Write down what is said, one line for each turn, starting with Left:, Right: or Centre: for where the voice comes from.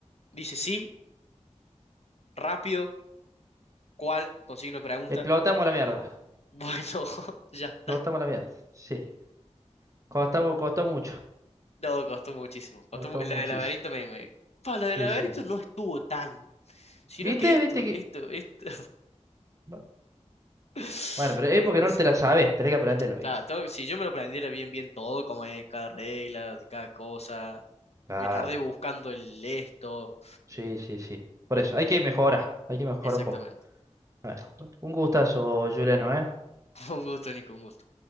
Left: Dice sí, rápido, ¿cuál? Con signo de pregunta.
Right: Explotamos la mierda.
Left: Bueno, <laughs> ya está.
Right: Explotamos la mierda. Sí, costó, costó mucho.
Left: No, costó muchísimo. Costó
Right: Costó
Left: mu- la
Right: muchísimo.
Left: del laberinto me, me- Pa, la
Right: Sí,
Left: del laberinto
Right: sí.
Left: no estuvo tan. Sino
Right: ¿Viste?
Left: que esto,
Right: ¿Viste que.?
Left: esto, esto.
Right: no,
Left: <laughs>
Right: Bueno, pero es
Left: No
Right: porque
Left: puede
Right: no
Left: ser.
Right: te la sabes. Tenés que aprenderlo, ¿viste?
Left: Claro, tengo- si yo me lo aprendiera bien, bien todo, como es cada regla, de cada cosa.
Right: Claro.
Left: Me tardé buscando el esto.
Right: Sí, sí, sí. Por eso, hay que mejorar. Hay que mejorar
Left: Exactamente.
Right: un poco. Bueno, un gustazo, Juliano, ¿eh?
Left: <laughs> Un gusto, Nico, un gusto.